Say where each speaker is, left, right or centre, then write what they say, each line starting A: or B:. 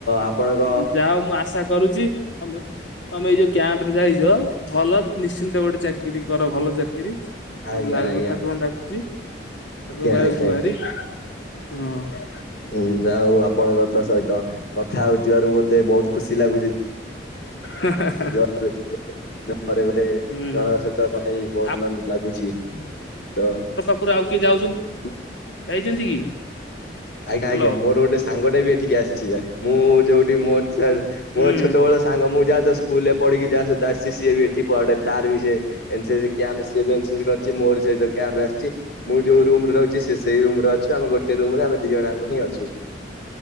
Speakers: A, on the left; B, on the left.
A: ଆପଣଙ୍କ
B: ଯା ହଉ ମୁଁ ଆଶା କରୁଚି। ହଁ ଭାଇ ତମେ ଏଇ ଯୋଉ କ୍ୟାମ୍ପ ରେ ଯାଇଚ ଭଲ ନିଶ୍ଚିନ୍ତ ଗୋଟେ ଚାକିରି କର ଭଲ ଚାକିରି।
A: ଆଜ୍ଞା,
B: ମତେ ଲାଗୁ
A: ଆ
B: ଠାକୁରଙ୍କୁ ଡାକୁଚି ଠାକୁରଙ୍କ ପାଖରେ
A: ଆଜ୍ଞା।
B: ଗୁହାରି ହଁ
A: ହୁଁ ଯା ହଉ ଆପଣଙ୍କ ତ ସହିତ କଥା ହଉଥିବାରୁ ମତେ ବହୁତ ଖୁସି ଲାଗୁଯି।
B: ହାଁ ହାଁ।
A: <inaudible> <inaudible> ପରେ ଗୋଟେ
B: ହୁଁ
A: ଜଣଙ୍କ ସହିତ କଥା ହେଇ ବହୁ
B: ଆ
A: ଆନନ୍ଦ ଲାଗୁଛି ତ
B: ଉପର ଆଉ କିଏ ଯାଉ ଯାଇଛନ୍ତି କି?
A: ଆଜ୍ଞା
B: ହ୍ୟାଲୋ
A: ଆଜ୍ଞା ମୋର ଗୋଟେ ସାଙ୍ଗଟେ ବି ଏଠିକି ଆସିଚି ମୁଁ ଯୋଉଠି ମୋର ଚା
B: ହୁଁ
A: ମୋ ଛୋଟ ବେଳ ସାଙ୍ଗ ମୁଁ ଯା <unintelligible> ସ୍କୁଲ ରେ ପଢିକି ଯା ଆସି ସିଏ ବି ଏଠି ପଢେ ତାର ବି ସେ ଏନ୍ ସି ସି କ୍ୟାମ୍ପ ସିଏ ବି ଏନ୍ ସି ସି କରିଚି ମୋରି ସହିତ କ୍ୟାମ୍ପ ଆସିଚି। ମୁଁ ଯୋଉ ରୁମରେ ରହୁଚି ସେ ସେଇ ରୁମରେ ଅଛ ଆମ ଗୋଟେ ରୁମରେ ଆମେ ଦି ଜଣଯାଙ୍କ ହିଁ ଅଛୁ।